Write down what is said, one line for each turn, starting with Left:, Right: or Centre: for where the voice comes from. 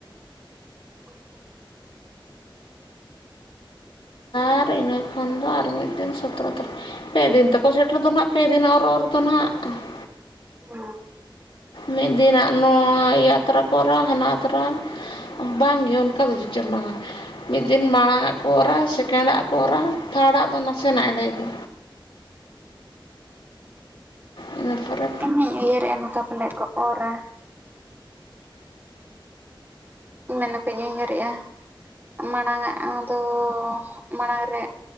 Right: <inaudible>
Left: ᱟᱨ ᱤᱱᱟᱹ ᱠᱷᱟᱱ ᱫᱚ ᱟᱨ ᱢᱤᱫ ᱫᱤᱱ ᱥᱚᱛᱨᱚ ᱛᱟᱹᱨᱤᱠᱷ ᱾ ᱯᱮ ᱫᱤᱱ ᱛᱮᱠᱚ ᱥᱮᱴᱮᱨ ᱫᱚ ᱱᱟᱦᱟᱸᱜ ᱯᱮ ᱫᱤᱱ ᱚᱨ ᱚᱨ ᱫᱚ ᱱᱟᱦᱟᱸᱜ ᱾
Right: ᱦᱮᱸ
Left: ᱢᱤᱫ ᱫᱤᱱᱟᱜ ᱱᱚᱣᱟ ᱟᱛᱨᱟ ᱠᱚ ᱚᱨᱟ ᱦᱟᱱᱟ ᱟᱛᱨᱟ, ᱵᱟᱝᱜᱮ ᱚᱱᱠᱟ ᱫᱚ ᱦᱮᱸ ᱪᱚᱸᱜ ᱵᱟᱝᱟ ᱢᱤᱫ ᱫᱤᱱ ᱢᱟᱲᱟᱝ ᱟᱜ ᱠᱚ ᱚᱨᱟ ᱥᱮᱠᱮᱱᱰ ᱟᱜ ᱠᱚ ᱚᱨᱟ ᱛᱷᱟᱲᱟᱜ ᱫᱚ ᱱᱟᱥᱮᱱᱟᱜ ᱮᱸᱰᱮ ᱜᱮ᱾ ᱤᱱᱟᱹ ᱯᱚᱨᱮ
Right: ᱤᱧ ᱢᱟᱹᱧ ᱩᱭᱦᱟᱹᱨᱮᱼᱟ ᱱᱚᱝᱠᱟ ᱯᱟᱞᱮᱫ ᱠᱚ ᱚᱨᱟ᱾ ᱢᱮᱱᱠᱚᱧ ᱩᱭᱦᱟᱹᱨᱮᱜᱼᱟ, ᱢᱟᱲᱟᱝ-ᱟ ᱫᱚ ᱢᱟᱲᱟᱝ ᱨᱮ,